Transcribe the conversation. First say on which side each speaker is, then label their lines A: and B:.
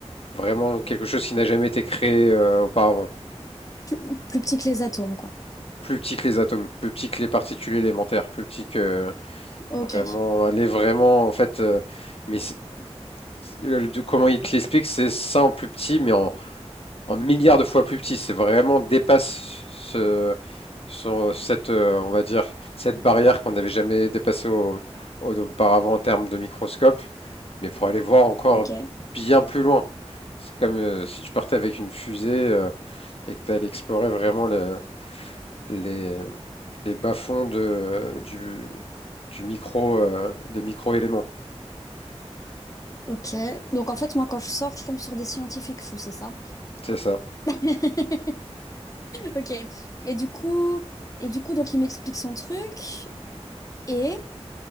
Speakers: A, on the left (about 60°); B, on the left (about 30°).
A: Vraiment quelque chose qui n'a jamais été créé euh, auparavant.
B: Plus, plus petit que les atomes, quoi.
A: Plus petit que les atomes, plus petit que les particules élémentaires, plus petit que
B: Ok,
A: vraiment aller vraiment en fait. euh, mais c'est- le- de- comment il te l'explique, c'est ça en plus petit, mais en, en milliards de fois plus petit. C'est vraiment dépasse ce, ce- cette euh, on va dire cette barrière qu'on n'avait jamais dépassée au- au- auparavant en termes de microscope, mais pour aller voir encore
B: ok,
A: bien plus loin. C'est comme euh, si tu partais avec une fusée. euh, et que tu allais explorer vraiment le- les, les bas-fonds de, du, du micro, euh, des micro-éléments.
B: ok. Donc en fait, moi, quand je sors, je tombe sur des scientifiques fous, c'est ça?
A: C'est ça.
B: <laughs> Ok. Et du coup, et du coup, donc il m'explique son truc et